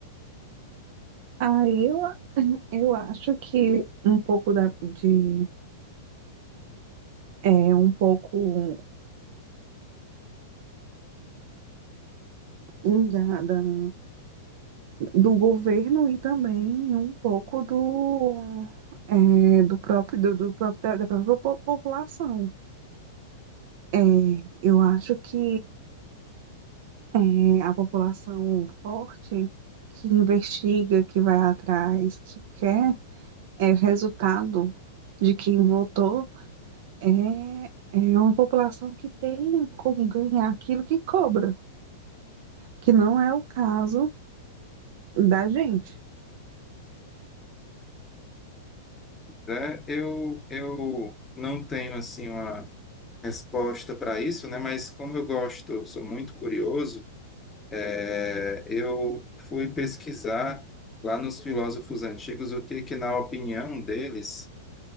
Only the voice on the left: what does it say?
né? Eu, eu não tenho assim uma resposta para isso, né? Mas como eu gosto, sou muito curioso, é, eu fui pesquisar lá nos filósofos antigos o que que, na opinião deles,